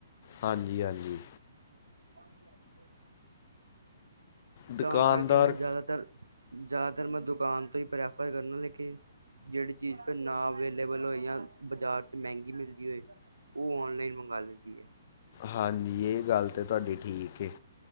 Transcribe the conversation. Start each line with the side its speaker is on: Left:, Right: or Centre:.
Left: ਹਾਂਜੀ ਹਾਂਜੀ
Right: ਹ
Left: ਦੁਕਾਨਦਾਰ
Right: ਤਾਂ ਕਰਕੇ ਮੈਂ ਜ਼ਿਆਦਾਤਰ ਜ਼ਿਆਦਾਤਰ ਮੈਂ ਦੁਕਾਨ ਤੋਂ ਹੀ ਪ੍ਰੈਫਰ ਕਰਨਾ ਲੇਕਿਨ ਜਿਹੜੀ ਚੀਜ਼ ਫਿਰ ਨਾ ਅਵੇਲੇਬਲ ਹੋਈ ਜਾਂ ਬਜ਼ਾਰ ' ਮਹਿੰਗੀ ਮਿਲਦੀ ਹੋਏ ਉਹ ਔਨਲਾਈਨ ਮੰਗਵਾ ਲੈਂਦੀ ਹੈ
Left: ਹਾਂਜੀ ਇਹ ਗੱਲ ਤਾਂ ਤੁਹਾਡੀ ਠੀਕ